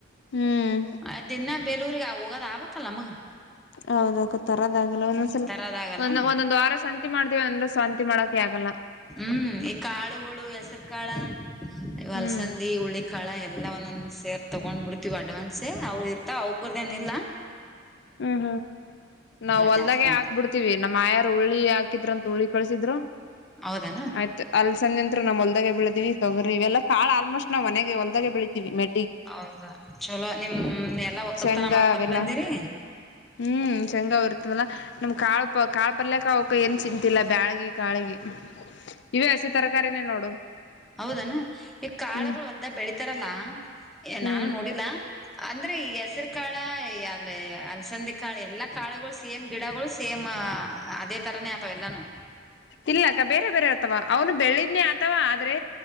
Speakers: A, on the left; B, in the centre.
A: ಹ್ಮ್
B: ಅದೆನ್ನ ಬೆಲ ಹೋಗದ ಅಬಕಾಲ್ಲಾ ನಮ್ಗ
A: ಹೌದಾಕೊತರೋದಾಗಲ್ಲ ಒಂದೊಂದ್ಸಲ
B: ತರದಾಗಲ್ಲ
A: ಒಂದ ಒಂದೊಂದು ವಾರ ಸಂತೆ ಸಂತಿ ಮಾಡ್ತೀವಿ ಅಂದ್ರೆ ಸಂತಿ ಮಾಡೋಕ ಆಗಲ್ಲ
B: ಹ್ಮ್ ಈ ಕಾಳುಗಳು ಹೆಸರು ಕಾಳ
A: ಹ್ಮ್
B: ಅಲಸಂದಿ ಹುಳ್ಳಿಕಾಳ ಎಲ್ಲ ಎಲ್ಲ ಒಂದೊ ಸೇರ್ ತಗೊಂಡ್ ಬಿಡ್ತಿೀವ ಅಡ್ವಾನ್ಸ ಅವ್ಳ ಇರ್ತ ಅವ್ ಕರ್ದೇನ ಇಿಲ್ಲ
A: ಹ್ಮ್ ಹ್ಮ್ ನಾವ್ ಹೊಲ್ದಾಗೆ
B: ಜಾಸ್ತಿ ನಮ್ದು
A: ಹಾಕ್ಬಿಡ್ತೀವಿ ನಮ್ಮ್ ಆಯಾರ್ ಹುರುಳ್ಳಿ ಹಾಕ ಹಾಕಿದ್ರಂತ ಹುಳಿ ಕಳಸಿದ್ರು
B: ಹೌದಾನ
A: ಆಯ್ತು ಅಲ್ಸಂದಿ ನಮ್ ಹೊಲ್ದಾಗ ಬೆಳದಿವಿ ತೊಗರಿ ಇವೆಲ್ಲ ಕಾಳ್ ಆಲ್ಮೋಸ್ಟ್ ನಾವು ಮನೆಗೆ ಹೊಲ್ದಾಗ ಬೆಳಿತೀವಿ ಮೆ
B: ಹೌದಾ ಚಲೋ ನಿಮ್ ಎಲ್ಲಾ ಒಕ್ಕಲ್ತನ
A: ಶೇಂಗಾ
B: ಮಾಡ್ಕೊತ್
A: ಅವೆಲ್ಲಾ
B: ಬಂದಿರಿ
A: ಹ್ಮ್ ಚಂಗ ಇರ್ತದಲ್ಲ ನಮ್ ಕಾಳ ಪ ಕಾಳ್ ಪರ್ಲಕ್ಕ ಅವಕ ಏನ್ ಚಿಂತತಿಲ್ಲಾ ಬ್ಯಾಳಗ ಕಾಳಗಿ ಇವ ಹಸಿ ತರಕಾರಿನೇ ನೋಡು
B: ಹೌದನಾ ಈಗ ಕಾಳುಗಳು
A: ಹ್ಮ್
B: ಹೊಲ್ದ ಬೆಳಿತಾರಲ್ಲಾ
A: ಹ್ಮ್
B: ನಾನು ನೋಡಿಲ್ಲ ಅಂದ್ರೆ ಈ ಹೆಸರು ಕಾಳ ಅಂದೆ ಅರಸಂದೆ ಕಾಳ ಎಲ್ಲಾ ಕಾಳುಗಳು ಸೇಮ್ ಗಿಡಗಳು ಸೇಮ್ ಅದೇ ತರಾನೇ ಆತಾವ ಎಲ್ಲಾನು.
A: ಇಲ್ಲ ಅಕ್ಕ ಬೇರೆ ಬೇರೆ ಇರ್ತವ ಅವನು ಬೆಳಿದನನೆ ಆ ವ ಆದ್ರೆ